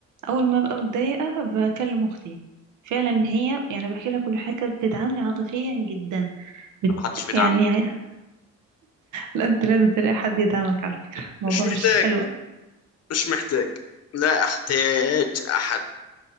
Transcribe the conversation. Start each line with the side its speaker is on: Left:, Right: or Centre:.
Right: اول ما ببقى متضايقه بكلم اختي فعلا هي يعني بحكي لها كل حاجه بتدعمني عاطفيا جدا بت...
Left: انا ما حدش بيدعمني
Right: يعني
Left: بقى
Right: <laughs> لا انت لازم تلاقي حد يدعمك على فكره الموضوع
Left: مش محتاج
Right: مش حلو
Left: مش محتاج لا احتاج احد